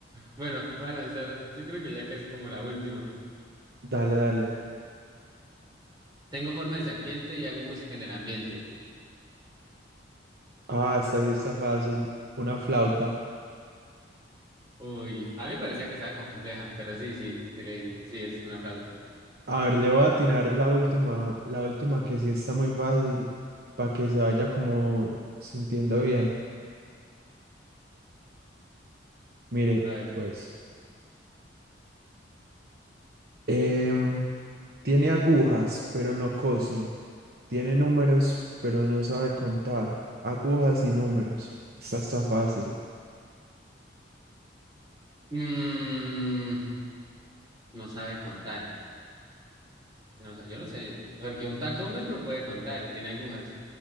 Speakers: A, on the right; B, on the right.
A: Bueno, voy a lanzar, yo creo que ya casi como la última.
B: Dale, dale.
A: Tengo forma de serpiente y hago música en el ambiente.
B: Ah, esta sí está fácil, una flauta.
A: Uy, a mí me parecía que estaba compleja, pero sí, sí, sí, le- sí es una flauta.
B: A ver, le voy a atinar la última, la última que sí está muy fácil, para que se vaya como sintiendo bien. Mire,
A: A ver,
B: pues, em, tiene agujas, pero no cose. Tiene números, pero no sabe contar. Agujas y números. Esa está fácil.
A: mm, no sabe contar. No sa- yo no sé, porque un tacómetro puede contar y tiene agujas,